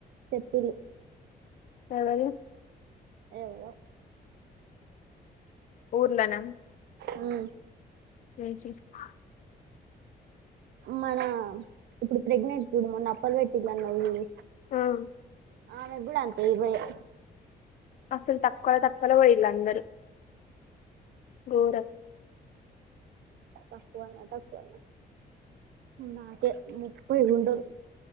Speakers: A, on the right (about 85°); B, on the left (about 50°).
A: చెప్పులు
B: ఎవరు
A: ఎవరో
B: ఊర్లోనా
A: మ్
B: ఏ శిష్మా
A: మన ఇప్పుడు ప్రెగ్నెంట్ చూడు మొన్న అప్పలు పెట్టిందన్నావు చూడు.
B: మ్
A: ఆమె కూడా అంతే ఇరవై యే
B: అసలు తక్కువ లో తక్కువ లో పోయిల్ అందరూ ఘోరం
A: తక్కువ తక్కువైనా నాకే ముప్ప ఉండదు.